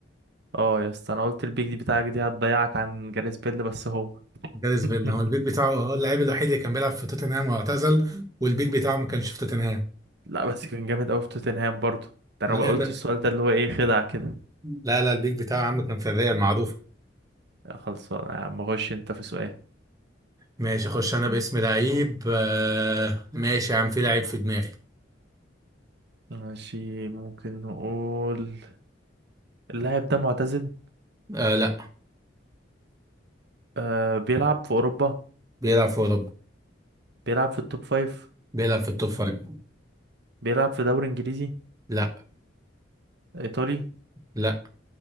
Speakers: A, on the right (about 65°); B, on the right (about 20°).
A: اه يا اسطى انا قلت البيك دي بتاعك دي هتضيعك عن جاريث بيل بس هو
B: جاريث
A: <laughs>
B: بيل هو البيك بتاعه هو اللاعب الوحيد اللي كان بيلعب في توتنهام واعتزل والبيك بتاعه ما كانش في توتنهام
A: لا بس كان جامد قوي في توتنهام برضه ده
B: لا
A: انا
B: يا
A: قلت
B: عم-
A: السؤال ده اللي هو ايه خدعة كده
B: لا لا البيك بتاعه يا عم كان في الريال معروف
A: يا خلصان يا عم غش انت في سؤال
B: ماشي اخش انا باسم لعيب آه ماشي يا عم في لعيب في دماغي
A: ماشي ممكن نقول اللاعب ده معتزل
B: آه لا
A: آه بيلعب في اوروبا
B: بيلعب في اوروبا
A: بيلعب في التوب فايف
B: بيلعب في التوب فايف
A: بيلعب في دوري انجليزي
B: لا
A: ايطالي
B: لا